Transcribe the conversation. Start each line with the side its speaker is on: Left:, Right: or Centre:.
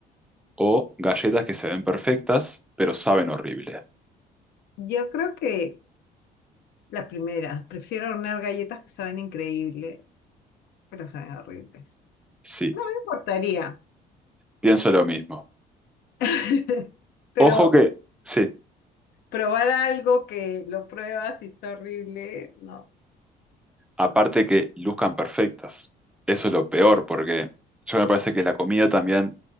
Centre: O galletas que se ven perfectas, pero saben horrible.
Left: Yo creo que la primera, prefiero hornear galletas que saben increíble, pero saben horribles.
Centre: Sí,
Left: No me importaría,
Centre: pienso lo mismo.
Left: <laughs> pero
Centre: Ojo que... Sí.
Left: probar algo que lo pruebas y está horrible, no,
Centre: Aparte
Left: no.
Centre: que luzcan perfectas. Eso es lo peor, porque yo me parece que la comida también